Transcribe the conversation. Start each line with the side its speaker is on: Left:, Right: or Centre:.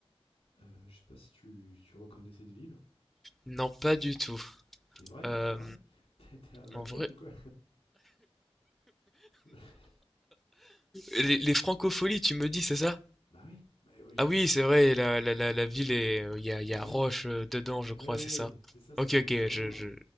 Left: Euh, je sais pas si tu, tu reconnais cette ville.
Centre: Non, pas du tout.
Left: C'est vrai,
Centre: Euh,
Left: c'est vrai. <laughs> T'es t'es un macaque
Centre: en vrai,
Left: ou quoi? <laughs>
Centre: les, les francopholies, tu me dis, c'est ça?
Left: Bah oui, bah oui, je
Centre: Ah
Left: suis
Centre: oui,
Left: un.
Centre: c'est vrai. La, la, la, la ville est. euh, Il y a, il
Left: Bah
Centre: y a
Left: oui,
Centre: Roche euh, dedans, je
Left: ouais,
Centre: crois,
Left: ouais,
Centre: c'est ça.
Left: c'est ça, c'est
Centre: Ok,
Left: La
Centre: ok.
Left: Roche-sur-Yon,
Centre: Je, je,
Left: ouais.